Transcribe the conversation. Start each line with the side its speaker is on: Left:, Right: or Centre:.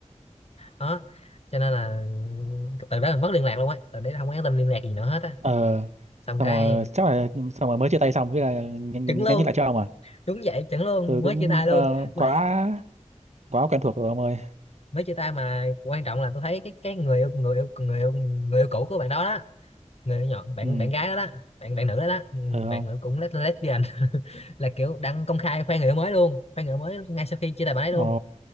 Left: đó cho nên là từ đó mình mất liên lạc luôn á từ đấy là không có nhắn tin liên lạc gì nữa hết á
Right: ờ
Left: xong
Right: xong
Left: cái
Right: rồi chắc là xong rồi mới chia tay xong cái là nhắn
Left: chứng luôn
Right: nhắn tin lại cho ông à
Left: đúng vậy chuẩn luôn
Right: tôi
Left: mới
Right: cũng
Left: chia tay
Right: ờ,
Left: luôn <laughs> mới,
Right: quá quá quen thuộc rồi ông ơi
Left: chia tay mà quan trọng là tôi thấy cái cái người yêu người yêu người yêu người yêu cũ của bạn đó đó người yêu nhỏ bạn
Right: ừ
Left: bạn gái đó đó bạn bạn nữ đó đó ừ,
Right: ờ
Left: bạn
Right: ông
Left: nữ cũng les- lesbian <laughs> là kiểu đăng công khai khoe người yêu mới luôn khoe người yêu mới ngay sau khi chia tay bạn ấy luôn
Right: ồ